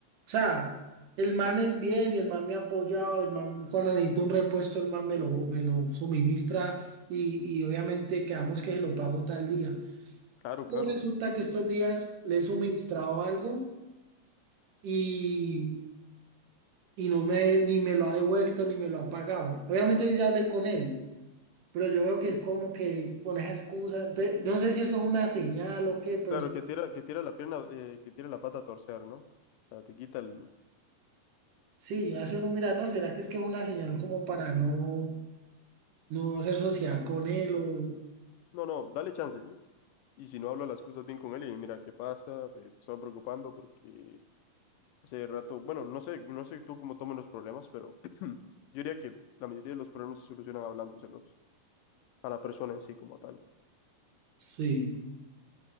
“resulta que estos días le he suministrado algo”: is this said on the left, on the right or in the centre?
Right